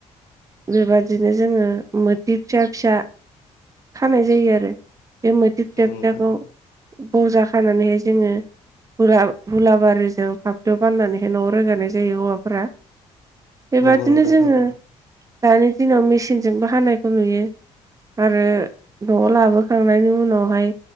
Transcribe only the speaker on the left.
नोंथां थारैनो
नंगौ नोंथां
थारैनो